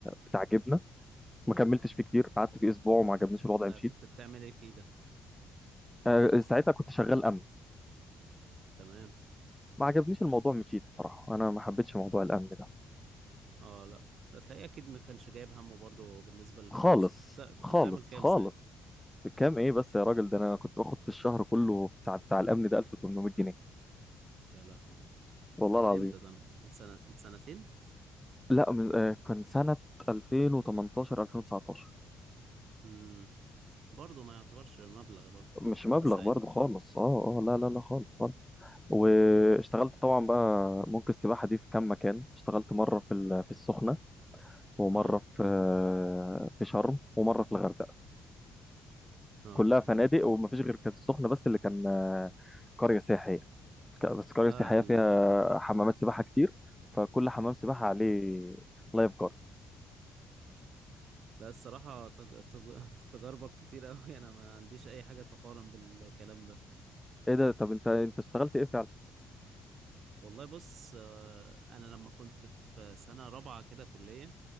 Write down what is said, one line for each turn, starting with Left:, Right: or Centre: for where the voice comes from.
Centre: بتاع جبنة ما كملتش فيه كتير قعدت فيه أسبوع وما عجبنيش الوضع
Right: لا
Centre: مشيت
Right: كنت بتعمل ايه فيه ده
Centre: آه، ساعتها كنت شغال أمن
Right: تمام
Centre: ما عجبنيش الموضوع مشيت الصراحة أنا ما حبيتش موضوع الأمن ده
Right: اه لا هتلاقيه اكيد ما كانش جايب همه برضه بالنسبة للفلوس
Centre: خالص
Right: كنت بتا... كنت
Centre: خالص
Right: بتعمل كام
Centre: خالص
Right: ساعتها
Centre: كام ايه بس يا راجل ده انا كنت باخد في الشهر كله في ساعة بتاع الامن ده 1800 جنيه
Right: يا لهوي
Centre: والله
Right: ده من
Centre: العظيم
Right: امتى ده من سنة من سنتين
Centre: لا من آه، كان سنة 2018 2019
Right: امم برضه ما يعتبرش مبلغ برضه
Centre: مش مبلغ
Right: حتى ساعتها
Centre: برضو خالص اه اه لا
Right: اه
Centre: لا لا خالص خالص واشتغلت طبعا بقى ممكن السباحة دي في كام مكان اشتغلت مرة في ال- في السخنة ومرة
Right: اه
Centre: في آه، في شرم ومرة في الغردقة
Right: اه
Centre: كلها فنادق ومفيش غير كانت السخنة بس اللي كان آه، قرية سياحية ك- بس قرية
Right: لا
Centre: سياحية
Right: ال
Centre: فيها حمامات سباحة كتير فكل حمام
Right: اه
Centre: سباحة عليه لايف جارد
Right: لا الصراحة تج... تج... <laughs> تجاربك كتير أوي أنا ما عنديش أي حاجة تقارن بالكلام ده
Centre: ايه ده طب انت انت اشتغلت ايه فعلا
Right: والله بص آه، أنا لما كنت في سنة رابعة كده كلية